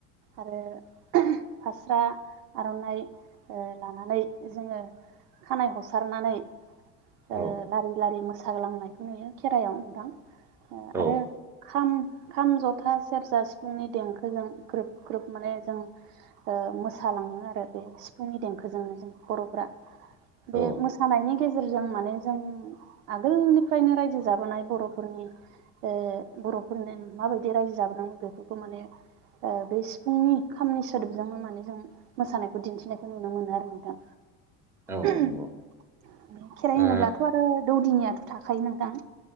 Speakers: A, on the right (about 75°); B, in the centre.
A: आरो फास्रा आर'नाइ ओ लानानै, जोंङो खानाय हसारनानै
B: औ
A: ओ लारि-लारि मोसा मोसाग्लांनायखौ नुयो खेराइआव नोंथां
B: औ
A: आरो खाम-खाम, जथा, सेरजा, सिफुंनि, देंखोजों ग्रोब-ग्रोब माने जों ओ मोसालांङो आरो बे सिफुंनि देंखोजोंनो जों, बर'फ्रा बे
B: औ
A: मोसानायनि गेजेरजों माने जों आगोलनिफ्रायनो रायजो जाबोनाय बर'फोरनि, ओ बर'फोरनो माबायदि रायजो जाबोदों, बेफोरखौ माने ओ बे सिफुंनि खामनि सोदोबजोंनो माने जों मोसानायखौ दिन्थिनायखौ नुनो मोनो, आरो नोंथां,
B: औ
A: खेराइ
B: नंगौ ओ औ
A: होनोब्लाथ' आरो दौदिनियाथ' थाखायो नोंथां,